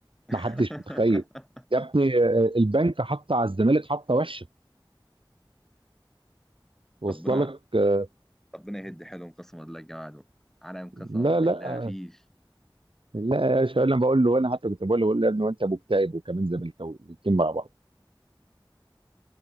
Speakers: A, in the centre; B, on the right.
A: <laughs>
B: ما حدش متخيل يا ابني آه، البنك حط على الزمالك حطه وحشه وصل
A: ربنا
B: لك آه،
A: ربنا يهد حيلهم قسما بالله يا جماعة دول عالم قسما
B: لا
A: بالله
B: لا
A: مفيش
B: لا يا باشا انا بقول له انا حتى كنت بقول له بقول له يا ابني وانت مكتئب وكمان زملكاوي الاثنين مع بعض